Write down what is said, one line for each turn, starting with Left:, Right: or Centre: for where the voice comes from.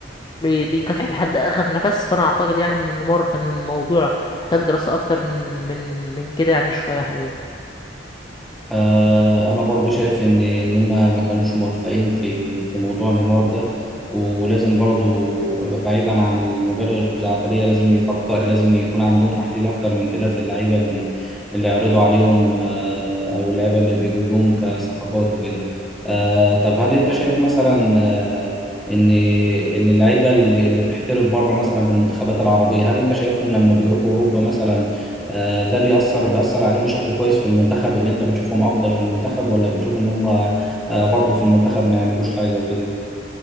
Left: بي- بيكافح لحد اخر نفس فانا اعتقد يعني ان نيمار كان الموضوع محتاج دراسة اكتر من من من كده يعني شوية حلوين
Centre: آه، انا برضو شايف ان ان هم ما كانوش موفقين في في موضوع نيمار ده ولازم برضو آه، بعيدا عن المبالغ الخزعبليه لازم يفكر لازم يكون عندهم تحليل اكتر من كده في اللعيبه اللي اللي يعرضوا عليهم آه، او اللعيبه اللي بيجيبوهم كصفقات وكده آه، طب هل انت شايف مثلا آه، ان ان اللعيبه اللي اللي بتحترف بره مثلا في المنتخبات العربيه هل انت شايفهم لما بيروحوا اوروبا مثلا آه، ده بيأثر بيأثر عليهم بشكل كويس في المنتخب اللي انت بتشوفهم افضل في المنتخب ولا بتشوف ان هم آه، برضو في المنتخب ما يعملوش حاجة وكده